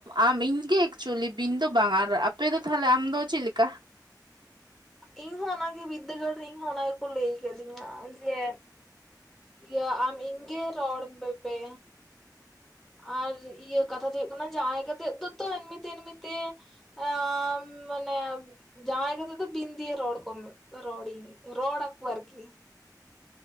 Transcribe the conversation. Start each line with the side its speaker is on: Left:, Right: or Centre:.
Right: ᱟᱢ ᱤᱧᱜᱮ ᱮᱠᱪᱩᱭᱮᱞᱤ ᱵᱤᱱ ᱫᱚ ᱵᱟᱝ ᱟᱨ ᱟᱯᱮ ᱫᱚ ᱛᱟᱦᱞᱮ ᱟᱢ ᱫᱚ ᱪᱮᱜ ᱞᱮᱠᱟ᱾
Centre: ᱤᱧ ᱦᱚᱸ ᱚᱱᱟᱜᱮ ᱵᱤᱫᱽᱫᱟᱹᱜᱟᱲ ᱨᱮ ᱤᱧ ᱦᱚᱸ ᱚᱱᱟ ᱜᱮᱠᱚ ᱞᱟᱹᱭ ᱠᱟᱫᱤᱧᱟ ᱡᱮ᱾ ᱤᱭᱟᱹ ᱟᱢ ᱤᱧᱜᱮ ᱨᱚᱲ ᱢᱮᱯᱮ᱾ ᱟᱨ ᱤᱭᱟᱹ ᱠᱟᱛᱷᱟ ᱫᱚ ᱦᱩᱭᱩᱜ ᱠᱟᱱᱟ ᱡᱟᱸᱣᱟᱭ ᱠᱟᱛᱮᱜ ᱫᱚᱛᱚ ᱮᱢᱱᱤᱛᱮᱢᱱᱤ ᱛᱮ᱾ ᱟᱻᱢ ᱢᱟᱱᱮ᱾ ᱡᱟᱸᱣᱟᱭ ᱠᱟᱛᱮ ᱫᱚ ᱵᱤᱱ ᱫᱤᱭᱟᱹ ᱨᱚᱲ ᱠᱚᱢᱮ ᱨᱚᱲᱤᱧ ᱨᱚᱲ ᱟᱠᱚ ᱟᱨᱠᱤ᱾